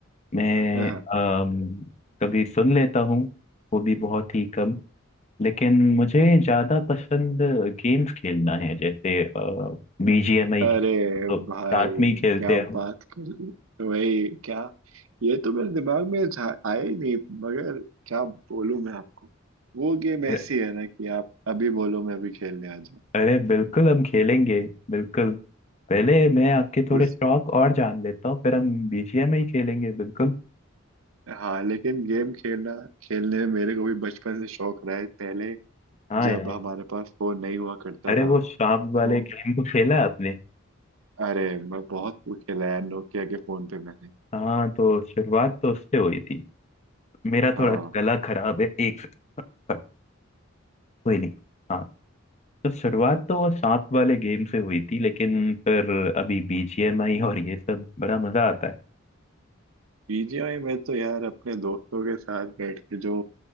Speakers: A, on the left; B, on the right.
A: मैं
B: हाँ, हाँ।
A: अम, कभी सुन लेता हूँ वो भी बहुत ही कम लेकिन मुझे ज़्यादा पसंद गेम्स खेलना है जैसे बीजीएमआई
B: अरे
A: तो साथ
B: भाई
A: में ही खेलते
B: क्या बात कर दी वही क्या ये तो मेरे दिमाग में था- आया ही नहीं मगर क्या बोलूं मैं आपको वो गेम ऐसी
A: हैं
B: है ना कि आप अभी बोलो मैं अभी खेलने आ जाऊं
A: अरे बिल्कुल हम खेलेंगे बिल्कुल पहले मैं आपके थोड़े
B: उस
A: शौक और जान लेता हूँ फिर हम बीजीएम ही खेलेंगे बिल्कुल
B: हाँ लेकिन गेम खेलना खेलने में मेरे को भी बचपन से शौक रहा है पहले
A: हाँ
B: जब
A: यार
B: हमारे पास फोन नहीं हुआ करता
A: अरे
B: था
A: वो सांप
B: तो
A: वाले गेम को खेला है आपने
B: अरे मैं बहुत खेला यार नोकिया के फोन पे मैंने
A: हाँ तो शुरुआत तो उससे हुई थी मेरा
B: हाँ
A: थोड़ा गला खराब है एक सेकंड, पर कोई नहीं हाँ तो शुरुआत तो वो सांप वाले गेम से हुई थी लेकिन फिर अभी बीजीएम आई और ये सब बड़ा मजा आता है
B: बीजीआई में तो यार अपने दोस्तों के साथ बैठ के जो